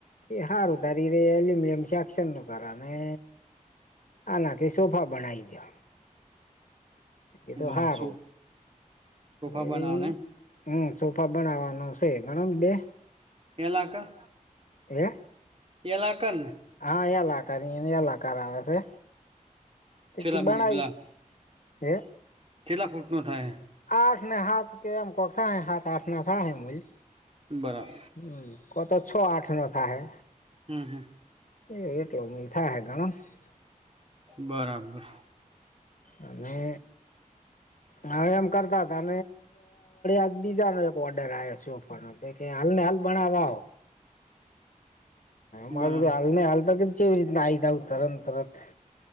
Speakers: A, on the left (about 65°); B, on the right (about 45°).
A: એ હારું, તારી ર એલ્યુમિનિયમ શેક્શનનું કરવાને આનાકી સોફા બણાવ દો. એતો
B: બસ
A: હારુ,
B: શું સોફા
A: એ
B: બનાવવાના એમ
A: હમ્મ, સોફા બનાવાનું છે, ગણો ને બે
B: ગેલાકા
A: એ
B: એલાકન
A: હા, એલ આકારની એલ આકાર આવે છે, તિકે
B: છેલ્લા
A: બણવી
B: પેલા
A: એ
B: કેટલા ફૂટનું થાય?
A: આઠ ને હાથ કે એમ કકસા હાથ આઠ ન થાય મૂઈ.
B: બરા
A: હમ્મ, કો તો છ આઠ નો થા હૈ.
B: હમ્મ હમ્મ
A: એટલો હે ગ
B: બરાબર
A: અને હા, એમ કરતા હતા. અનેળ બીજાનો એક ઓર્ડર આવ્યો છે. કે હાલ ભણાવવા મારું
B: બરાબર
A: હાલ ન હાલતા કે એવી રીતના આ આવી જ આવ. તરણ તરત